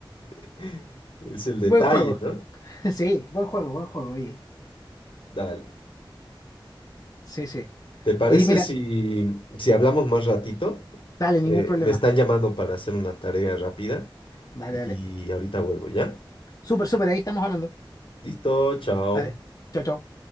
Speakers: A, on the left; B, on the left.
A: <laughs> es el detalle,
B: buen juego.
A: ¿no?
B: <laughs> Sí, buen juego, buen juego, oye.
A: Dale.
B: Sí, sí.
A: ¿Te parece
B: Oye, mira,
A: si, si hablamos más ratito?
B: dale, ningún
A: Eh,
B: problema.
A: me están llamando para hacer una tarea rápida
B: Dale,
A: y
B: dale.
A: ahorita vuelvo, ¿ya?
B: Súper, súper, ahí estamos hablando.
A: Listo, chao.
B: Dale. Chao, chao.